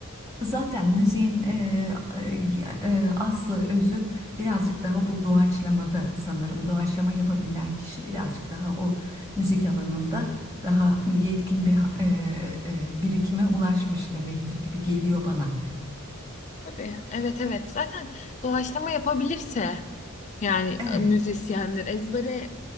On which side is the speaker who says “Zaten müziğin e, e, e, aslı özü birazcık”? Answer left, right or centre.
Right